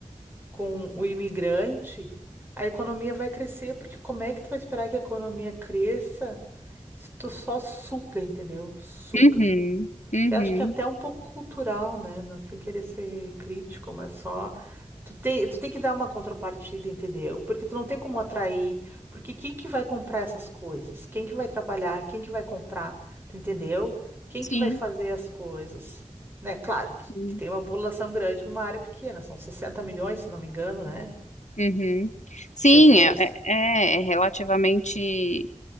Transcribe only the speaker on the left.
Uhum, uhum,
sim.
sim,
Uhum. Sim,
é, é- é relativamente